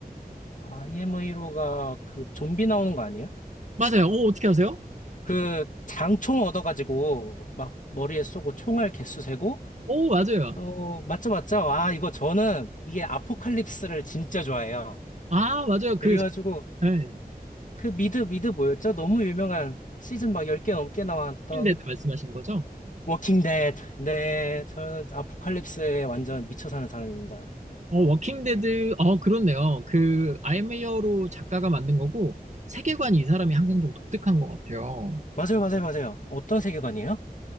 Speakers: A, on the left; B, on the right.
A: IMA로가 그 좀비 나오는 거 아니에요?
B: 맞아요. 오, 어떻게 아세요?
A: 그 장총 얻어가지고 막 머리에 쏘고 총알 개수 세고,
B: 오, 맞아요.
A: 어, 맞죠, 맞죠? 아, 이거 저는 이게 아포칼립스를 진짜 좋아해요.
B: 아, 맞아요. 그,
A: 그래가지고
B: 네.
A: 그 미드, 미드 뭐였죠? 너무 유명한 시즌 막 10개 넘게 나왔던
B: 워킹데드 말씀하시는 거죠?
A: 워킹 데드. 네, 저는 아포칼립스에 완전 미쳐 사는 사람입니다.
B: 어, 워킹데드, 어, 그렇네요. 그, I am 히어로 작가가 만든 거고, 세계관이 이 사람이 항상 좀 독특한 것 같아요.
A: 맞아요, 맞아요, 맞아요. 어떤 세계관이에요?